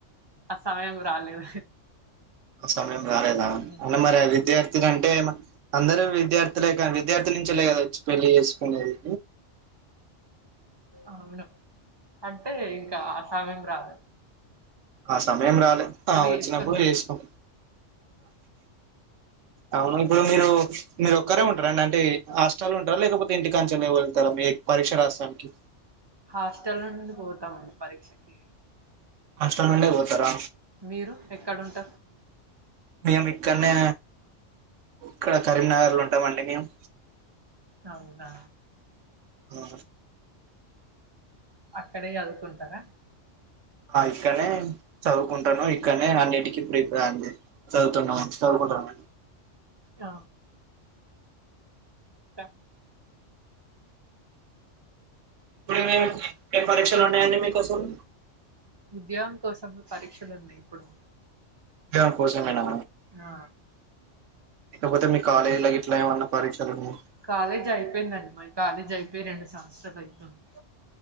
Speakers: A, on the right (about 25°); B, on the right (about 75°).
A: ఆ సమయం రాలేదు
B: సమయం రాలేదా
A: ఉమ్,
B: అన్న మరే విద్యార్థిలాంటె అందరూ విద్యార్థులే కా విద్యార్థుల నుంచలే కదా వచ్చి పెళ్ళి చేసుకునేది
A: అవును అంటే ఇంకా ఆ సమయం రాలే
B: ఆ సమయం రాలే ఆ వచ్చినప్పుడు
A: చేసుకుంటున్నాం
B: చేసుకోం అవును ఇప్పుడు మీరు మీరు ఒక్కరే ఉంటారండి అంటే హస్టల్ ఉంటారా లేకపోతే ఇంటి కాంచెలే వెళ్తారా మీ పరీక్ష రస్తానికి
A: హాస్టల్ నుండి పోతామండి పరీక్షకి.
B: హాస్టల్ నుండే పోతరా!
A: మీరు ఎక్కడ ఉంటరు?
B: మేము ఇక్కడ్నే ఇక్కడ కరీంనగర్ లో ఉంటమండి మేము.
A: అవునా
B: ఆ
A: అక్కడే చదువుకుంటరా?
B: ఆ ఇక్కనే చదువుకుంటను, ఇక్కనే అన్నిటికీ ప్రీపేర్ అండి చదువు తున్నం చదువుకుంటున్నం
A: ఆ, ఇంక
B: ఇప్పుడేమీ ఏం పరీక్షలు ఉన్నయండి మీకసలు.
A: ఉద్యోగం కోసమే పరీక్షలు ఉన్నయి ఇప్పుడు.
B: ఉద్యోగం కోసమేనా
A: ఆ
B: లేకపోతే మీ కాలేజీలో గిట్ల ఏమన్న పరీక్షలున్నయా
A: కాలేజ్ అయిపోయిందండి మాయి కాలేజ్ అయిపొయి రెండు సంవత్సరాలు అయితుంది.